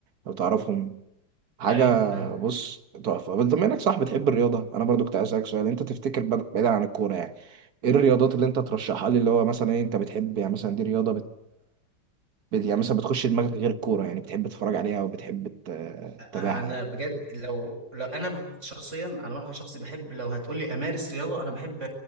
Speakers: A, on the right; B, on the right.
A: لو تعرفهم حاجه
B: ايوه ايوه
A: بص تحفه بس بما انك صح بتحب الرياضه انا برضو كنت عايز اسالك سؤال انت تفتكر بعيدا عن الكوره يعني ايه الرياضات اللي انت ترشحها لي اللي هو مثلا ايه انت بتحب يعني مثلا دي رياضه بت- يعني مثلا بتخش دماغك غير الكورة يعني بتحب تتفرج عليها وبتحب ت-
B: انا
A: تتابعها يعني
B: بجد لو لو انا ب- شخصيا على معنى شخصي بحب لو هتقول لي امارس رياضه انا بحب